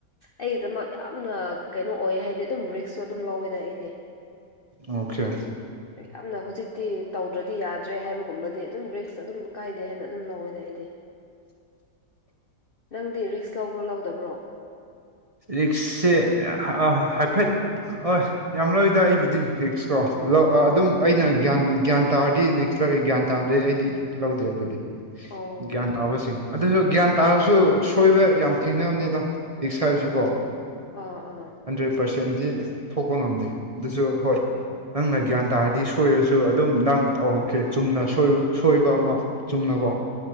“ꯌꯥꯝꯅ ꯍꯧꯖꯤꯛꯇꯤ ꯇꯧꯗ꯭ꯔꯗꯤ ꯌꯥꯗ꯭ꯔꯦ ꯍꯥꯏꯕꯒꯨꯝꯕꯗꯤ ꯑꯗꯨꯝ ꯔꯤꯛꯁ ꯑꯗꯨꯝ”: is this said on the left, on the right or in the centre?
Left